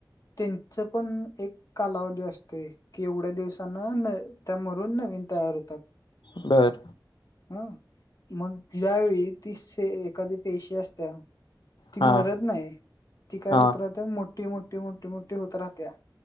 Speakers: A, on the left (about 50°); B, on the left (about 80°).
A: त्यांच पण एक कालावधी असतोय. कि एवढ्या दिवसांना न त्या मरून नवीन तयार हो त्यात.
B: बरं.
A: हा मग ज्यावेेळी तीे एखादी पेशी असत्या -- ती
B: हां,
A: मरत नाही ती काय
B: हां,
A: उतरहते मोठी मोठी मोठी मोठी होत राह त्या.